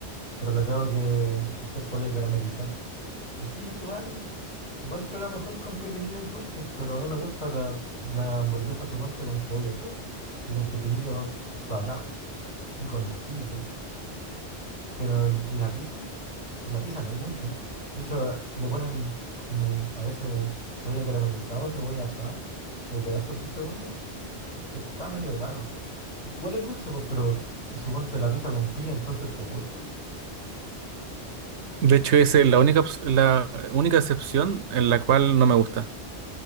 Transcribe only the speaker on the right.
De hecho, esa es la única, ops- la única excepción en la cual no me gusta,